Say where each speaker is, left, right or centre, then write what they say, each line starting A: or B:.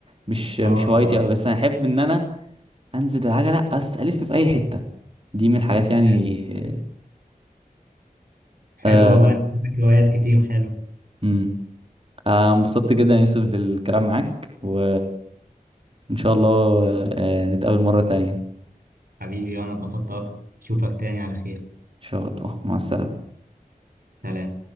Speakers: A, on the right; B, on the right.
A: مش مش
B: اه
A: هوايتي
B: اه
A: قوي بس انا احب ان انا انزل بالعجله أس- الف في اي حته دي من الحاجات يعني
B: حلو حلو
A: آه،
B: والله عندك هوايات كتير حلو
A: امم آه، انبسطت جدا يا يوسف بالكلام معاك و إن شاء الله آه، نتقابل مرة تانية إن
B: حبيبي وانا اتبسطت اكتر اشوفك تاني على خير
A: شاء الله مع السلامة
B: سلام